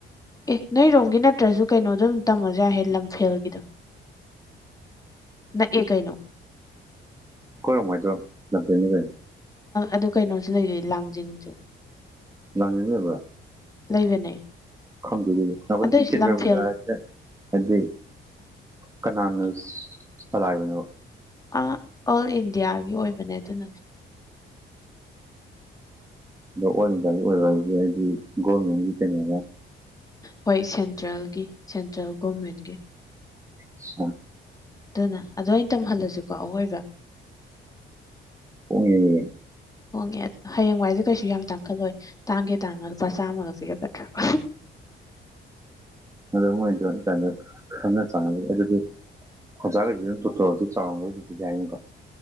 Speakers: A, on the left; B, on the right.
A: ꯑꯦ ꯅꯣꯏꯔꯣꯝꯒꯤ ꯅꯠꯇ꯭ꯔꯁꯨ ꯀꯩꯅꯣꯗꯣ ꯑꯗꯨꯝ ꯇꯝꯃꯁꯨ ꯌꯥꯏꯍꯦ ꯂꯝꯐꯦꯜꯒꯤꯗꯣ ꯅ ꯑꯦ ꯀꯥꯏꯩꯅꯣ
B: ꯀꯔꯝ ꯍꯥꯏꯗꯨꯣ ꯅꯇꯦꯅꯤ ꯀ
A: ꯑꯗꯨ ꯀꯩꯅꯣꯁꯨ ꯂꯩꯔꯤ ꯂꯥꯡꯖꯤꯡꯁꯨ
B: ꯂꯥꯡꯖꯤꯡ ꯂꯩꯕ꯭ꯔꯣ
A: ꯂꯩꯕꯅꯦ
B: ꯈꯪꯗꯦ ꯑꯗꯨꯗꯤ ꯅꯕꯥꯅꯤ
A: ꯑꯗꯨꯏꯁꯨ
B: <unintelligible>
A: ꯂꯝꯐꯦꯜ
B: ꯍꯥꯏꯗꯤ ꯀꯅꯥꯅ ꯆꯂꯥꯏꯕꯅꯣ
A: ꯑ ꯑꯣꯜ ꯏꯟꯗꯤꯌꯥꯒꯤ ꯑꯣꯏꯕꯅꯦ ꯑꯗꯨꯅꯅꯦ
B: ꯑꯗꯣ ꯑꯣꯜ ꯏꯟꯗꯤꯌꯥꯒꯤ ꯑꯣꯏꯕ ꯍꯥꯏꯁꯦ ꯍꯥꯏꯗꯤ ꯒꯣꯔꯃꯦꯟꯒꯤ ꯀꯩꯅꯣꫪ
A: ꯍꯣꯏ ꯁꯦꯟꯇ꯭ꯔꯦꯜꯒꯤ ꯁꯦꯟꯇ꯭ꯔꯦꯜ ꯒꯣꯔꯃꯦꯟꯒꯤ
B: ꯁꯥ
A: ꯑꯗꯨꯅ ꯑꯗꯣ ꯑꯩ ꯇꯝꯍꯜꯂꯁꯤꯀꯣ ꯑꯋꯣꯏꯕ
B: ꯑꯣꯡ ꯌꯦꯡꯒꯦ
A: ꯍꯣꯡꯉꯦ ꯑ ꯍꯌꯦꯡꯋꯥꯏꯁꯦ ꯀꯩꯁꯨ ꯌꯥꯝ ꯇꯥꯡꯈꯠꯂꯣꯏ ꯇꯥꯡꯒꯦ ꯇꯥꯡꯉ ꯂꯨꯄꯥ ꯆꯥꯝꯃꯒ ꯄꯤꯔꯛꯀꯗ꯭ꯔꯥ
B: ꯑꯗꯣ ꯃꯣꯏꯗꯣꯏꯅ ꯀꯥꯟꯗ ꯈꯪꯅ ꯆꯥꯅꯕꯅꯤ ꯑꯗꯨꯗꯤ ꯑꯣꯖꯥꯒꯩꯖꯤꯅ ꯗꯨ ꯇꯧꯔꯗꯤ ꯆꯥꯎꯔ ꯌꯥꯏꯅꯦꯀꯣ